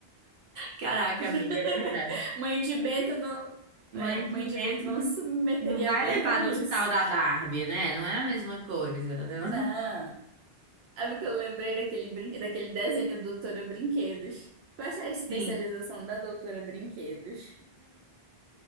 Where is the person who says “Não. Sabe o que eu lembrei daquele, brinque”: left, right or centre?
Right